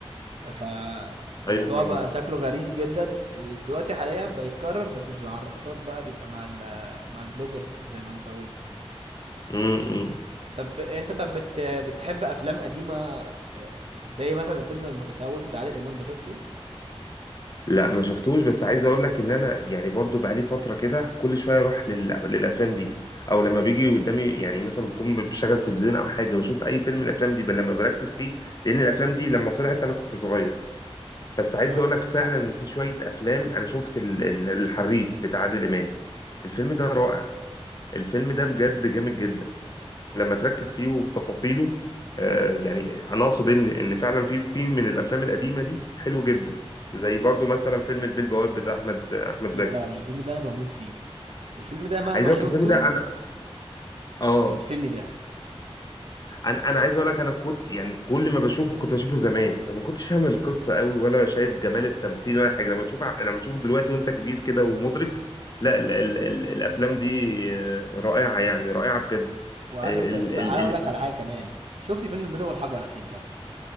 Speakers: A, on the right (about 70°); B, on the left (about 40°).
A: فالموضوع
B: <laughs> ايوه فاهمك
A: بقى شكله غريب جدا ودلوقتي حاليا بيتكرر بس مش مع الرقصات بقى بيبقى مع ال- مع البلوجرز زي ما انت قلت
B: م- م.
A: طب انت طب بت- بتحب افلام قديمه آه، زي مثلا فيلم المتسول بتاع عادل امام ده شفته
B: لا ما شفتوش بس عايز اقول لك ان انا يعني برضو بقالي فتره كده كل شويه اروح لل... للافلام دي او لما بيجي قدامي يعني مثلا بكون بشغل تلفزيون او حاجه بشوف اي فيلم الافلام دي بل لما بركز فيه لان الافلام دي لما طلعت انا كنت صغير بس عايز
A: اه
B: اقول لك فعلا ان في شويه افلام انا شفت ال... ال- الحريف بتاع عادل امام الفيلم ده رائع الفيلم ده بجد جامد جدا لما تركز فيه وفي تفاصيله آه يعني انا اقصد ان ان فعلا في في من الافلام القديمه دي حلو جدا زي برضو مثلا فيلم البيه البواب بتاع احمد احمد
A: يا
B: زكي
A: لهوي الفيلم ده انا بموت فيه الفيلم ده مهما
B: عايز اقول
A: شفته
B: لك الفيلم ده انا اه
A: بيفصلني ضحك
B: انا انا عايز اقول لك انا كنت يعني كل ما بشوفه كنت بشوفه زمان فما كنتش فاهم القصه قوي ولا شايف جمال التمثيل ولا حاجه لما تشوف لما تشوفه دلوقتي وانت كبير كده ومدرك لا ال ال ال الافلام دي آه، رائعه يعني رائعه بجد
A: وعارف
B: ال
A: الف...
B: ال
A: عايز اقول
B: ال
A: لك على حاجه كمان شفت فيلم البيضه والحجر اكيد طبعا